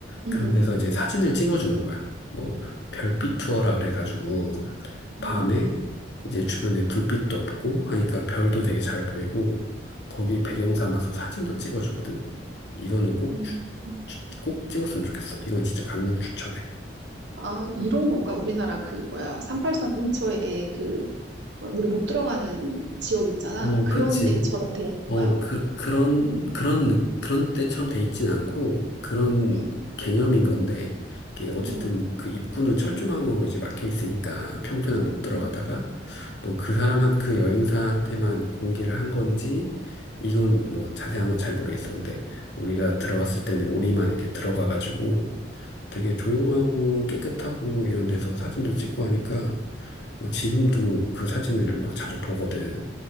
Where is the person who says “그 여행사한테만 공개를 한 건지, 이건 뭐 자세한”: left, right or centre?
Left